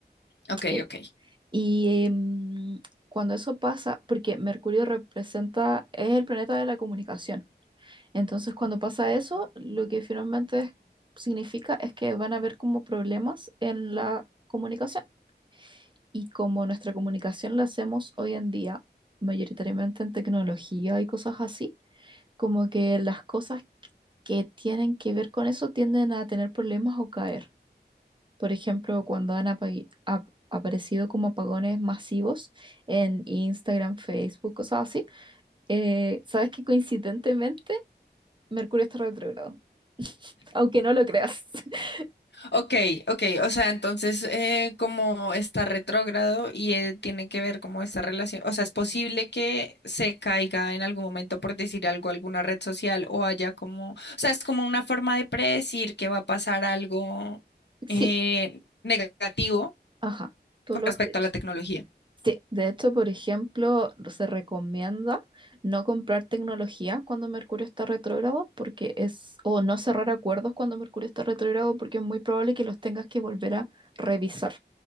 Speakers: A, on the left; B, on the right.
A: Ok,
B: Eh,
A: ok.
B: y em, cuando eso pasa, porque Mercurio representa, es el planeta de la comunicación. Entonces, cuando pasa eso, lo que finalmente es- significa es que van a haber como problemas en la comunicación. Y como nuestra comunicación la hacemos hoy en día, mayoritariamente en tecnología y cosas así, como que las cosas que tienen que ver con eso tienden a tener problemas o caer. Por ejemplo, cuando han apa- ap- aparecido como apagones masivos en Instagram, Facebook, cosas así, eh, sabes que coincidentemente Mercurio está retrógrado, aunque no lo creas. <laughs>
A: Ok, ok, o sea, entonces eh, como está retrógrado y eh, tiene que ver como esta relación, o sea, es posible que se caiga en algún momento por decir algo alguna red social o haya como, o sea, es como una forma de predecir que va a pasar algo
B: Sí,
A: eh, negativo
B: ajá, tú
A: con
B: lo
A: respecto
B: has dicho.
A: a la tecnología.
B: Sí, de hecho, por ejemplo, se recomienda no comprar tecnología cuando Mercurio está retrógrado porque es, o no cerrar acuerdos cuando Mercurio está retrógrado porque es muy probable que los tengas que volver a revisar.